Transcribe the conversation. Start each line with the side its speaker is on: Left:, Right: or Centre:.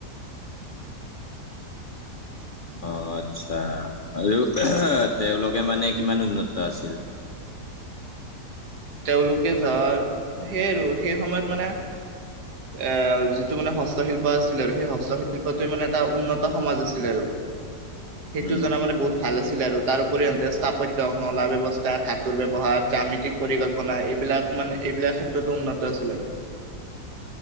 Left: <inaudible> অ আচ্ছা আৰু তেওঁলোকে মানে কিমান উন্নত আছিল।
Right: তেওঁলোকে ধৰ সেই আৰু সেই সময়ত মানে অ যিটো মানে হস্তশিল্প আছিল আৰু। সেই হস্ত শিল্পটো মানে এটা উন্নত সমাজ আছিলে আৰু সেইটো
Left: উম,
Right: জনা মানে বহুত ভাল আছিলে আৰু তাৰ উপৰিতে স্থাপত্য নলা ব্যৱস্থা ধাতুৰ ব্যৱহাৰ জামিতি পৰিকল্পনা এইবিলাক মানে এইবিলাক ক্ষেত্ৰতো উন্নত আছিল আৰু।